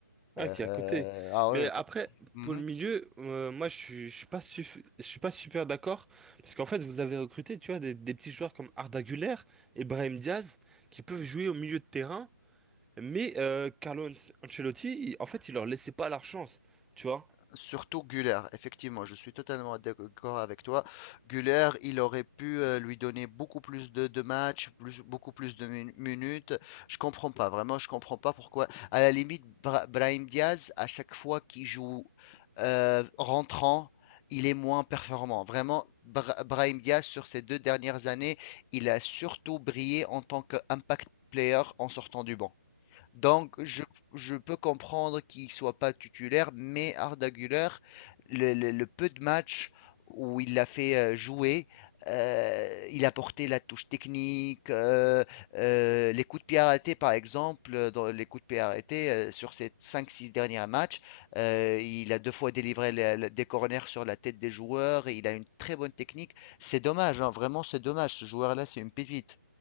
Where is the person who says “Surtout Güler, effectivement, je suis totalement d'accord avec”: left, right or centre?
Left